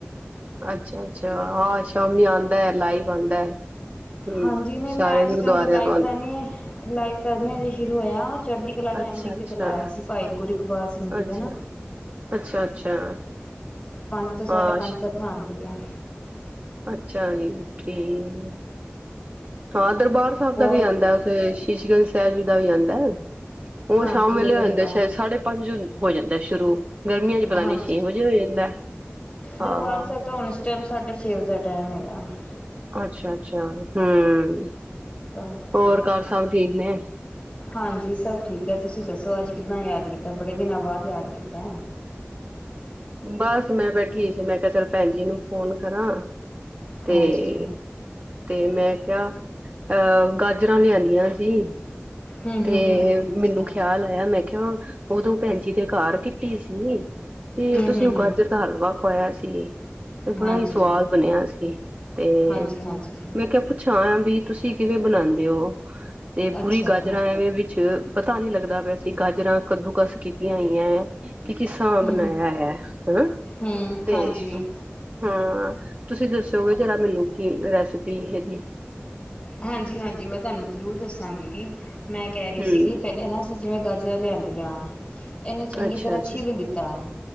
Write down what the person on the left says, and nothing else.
ਹਾਂਜੀ ਨਈ
ਮੈਂ ਇਸ
ਟਾਈਮ ਦਾ ਲਾਈਵ
ਤਾਂ ਨਈ ਐ। ਲਾਈਵ ਤਾਂ ਨਹੀਂ ਹਜੇ ਸ਼ੁਰੂ ਹੋਇਆ। ਚੜ੍ਹਦੀ ਕਲਾ ਟੈਮ
ਟੀ ਵੀ
ਤੇ ਲਾਇਆ ਸੀ ਭਾਈ ਗੁਰੂ ਇਕਬਾਲ ਸਿੰਘ ਜੀ
ਦਾ ਨਾ
ਪੰਜ ਤੋਂ ਸਾਢੇ
ਪੰਜ ਕਥਾ ਆਂਦੀ ਐ।
ਹੋਰ
ਹਾਂਜੀ
ਇਹ ਤਾਂ
ਹੈਗਾ
ਹਾਂਜੀ।
ਦਰਬਾਰ ਸਾਹਿਬ ਤੋਂ ਹੁਣ ਇਸ ਟਾਈਮ ਸਾਡੇ ਛੇ ਵਜ ਦਾ ਟਾਈਮ ਹੈ। <unintelligible>
ਤਾਂ
ਹਾਂਜੀ ਸਭ ਠੀਕ ਹੈ ਤੁਸੀਂ ਦੱਸੋ ਅੱਜ ਕਿੱਦਾਂ ਯਾਦ ਕੀਤਾ ਬੜੇ ਦਿਨਾਂ ਬਾਅਦ ਯਾਦ ਕੀਤਾ
ਹਾਂਜੀ
ਹਮ ਹਮ
ਹਮ ਅੱਛਾ
ਹਮ
ਹਮ
ਹਮ
ਹਾਂਜੀ
ਹਾਂਜੀ ਹਾਂਜੀ
ਅੱਛਾ
ਹਮ
ਹਮ
ਹਮ
ਹਾਂਜੀ
ਹਾਂਜੀ-ਹਾਂਜੀ ਮੈਂ ਤੁਹਾਨੂੰ ਜ਼ਰੂਰ ਦੱਸਾਂਗੀ। ਮੈਂ ਕਹਿ ਰਹੀ
ਸੀ, ਪਹਿਲੇ ਨਾ ਅਸੀ ਜਿਵੇਂ ਗਾਜਰਾਂ ਲਿਆਂਦੀਆਂ ਇਹਨੂੰ ਚੰਗੀ
ਤਰ੍ਹਾਂ ਛਿੱਲ
ਦਿੱਤਾ